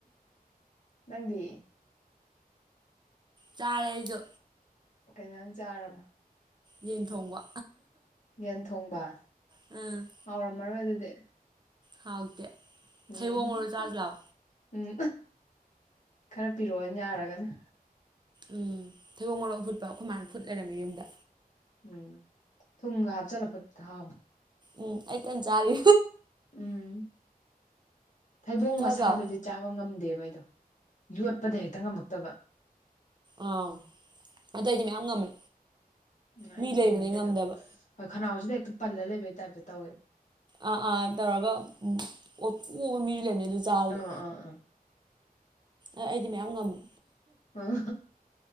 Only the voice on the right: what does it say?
ꯆꯥꯔꯦ ꯑꯩꯁꯨ
ꯌꯦꯟ ꯊꯣꯡꯕ
ꯎꯝ
ꯍꯥꯎꯇꯦ
ꯊꯩꯕꯣꯡ ꯃꯔꯨ ꯆꯥꯖꯤ ꯂꯥꯎ
ꯎꯝ ꯊꯩꯕꯣꯛ ꯃꯣꯔꯣꯛ ꯐꯨꯠꯄ ꯑꯩꯈꯣꯏ ꯃꯥꯅ ꯐꯨꯠ ꯂꯩꯔꯝꯃꯦ ꯌꯨꯝꯗ
ꯎꯝ ꯑꯩ ꯀꯟꯅ ꯆꯥꯔꯤ
ꯆꯥꯖꯤ
ꯂꯥꯎ
ꯑꯥ ꯑꯗꯨ ꯑꯩꯗꯤ ꯃꯌꯥꯝ ꯉꯝꯃꯦ
ꯃꯤ ꯂꯩꯕꯅꯤ
ꯉꯝꯗꯕ
ꯑꯥ ꯑꯥ ꯇꯧꯔꯒ ꯎ ꯑꯣꯕ ꯃꯤꯁꯨ ꯂꯩꯔꯕꯅꯤ ꯑꯗꯨ ꯆꯥꯕꯗ
ꯑꯩꯗꯤ ꯃꯌꯥꯝ ꯉꯝꯃꯤ